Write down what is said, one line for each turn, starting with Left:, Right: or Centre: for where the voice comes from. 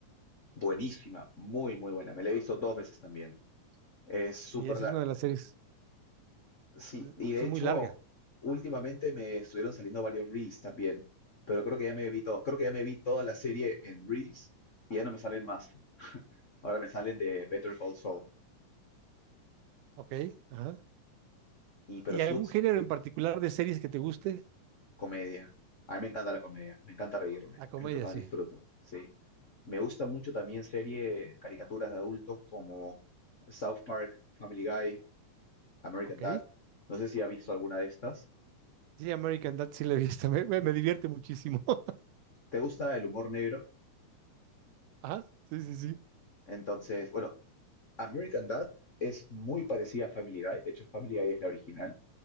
Left: Buenísima, muy, muy buena. Me la he visto dos veces también. Es súper
Right: Sí, esa
Left: la...
Right: es una de las series,
Left: Sí,
Right: l-
Left: y de
Right: sí,
Left: hecho,
Right: muy larga.
Left: últimamente me estuvieron saliendo varios Reels también, pero creo que ya me vi todo. Creo que ya me vi toda la serie en Reels y ya no me salen más. Ahora me salen de Better Call Saul.
Right: Ok, ajá.
Left: Y pero
Right: ¿Y
Left: Suits,
Right: algún género en particular de series que te guste?
Left: comedia. A mí me encanta la comedia, me encanta reírme,
Right: La comedia,
Left: es lo que más
Right: sí.
Left: disfruto, sí. Me gusta mucho también series, caricaturas de adultos como South Park, Family Guy, American
Right: Ok.
Left: Dad. No sé si ha visto alguna de estas.
Right: Sí, American Dad sí la he visto. <laughs> Me, me- me divierte muchísimo. <laughs>
Left: te gusta el humor negro,
Right: Ajá, sí, sí, sí.
Left: entonces, bueno, American Dad es muy parecida a Family Guy, de hecho Family Guy es la original,